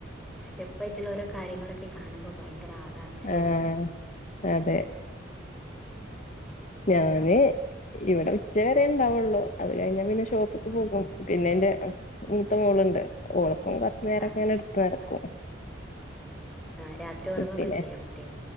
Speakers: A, in the centre; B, on the left.
A: സ്റ്റെപ്പയിട്ടുള്ള ഓരോ കാര്യങ്ങളൊക്കെ കാണുമ്പോൾ ഭയങ്കര ആകാംക്ഷായാണ്
B: ആഹ് അതെ ഞാന് ഇവിടെ ഉച്ച വരെ ഉണ്ടാവുള്ളൂ അത് കഴിഞ്ഞ പിന്നെ ഷോപ്പക്ക് പോകും പിന്നെന്റെ മൂത്തെ മോളുണ്ട് ഓളക്കെ കുറച്ചു നേരം
A: ആഹ്
B: ങ്ങനെ എടുത്ത് നടക്കും
A: ആഹ് രാത്രി
B: കുട്ടിനെ
A: ഉറങ്ങൊക്കെ ചെയ്യോ കുട്ടി